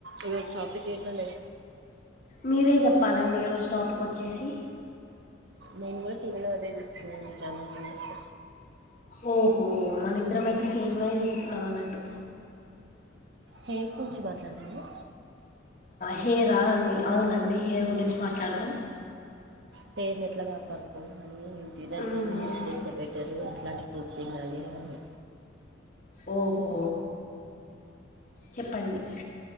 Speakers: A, on the right; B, on the left.
A: ఈరోజు టాపిక్ ఏంటండి
B: మీరే చెప్పాలండి ఈరోజు టాపిక్ వచ్చేసి
A: నేను కూడా టీవీలో అదే చూస్తున్నానమండి డ్రామా జునియర్స్
B: ఓహో మనిద్దరం అయితే సేమ్ అయి చూస్తున్నాం అన్నట్టు
A: హెయిర్ గురించి మాట్లాడదామా
B: హెయిర్ అండి అవునండి హెయిర్ గురించి మాట్లాడదాం
A: పేర్ ఎట్లా గాపాడుకో అని ఏంటి దానికి
B: మ్మ్.
A: నేను యూజ్ చేస్తే బెటర్ మీరు ఎట్లాంటి ఫుడ్ తినాలి అవన్నీ
B: ఓహో చెప్పండి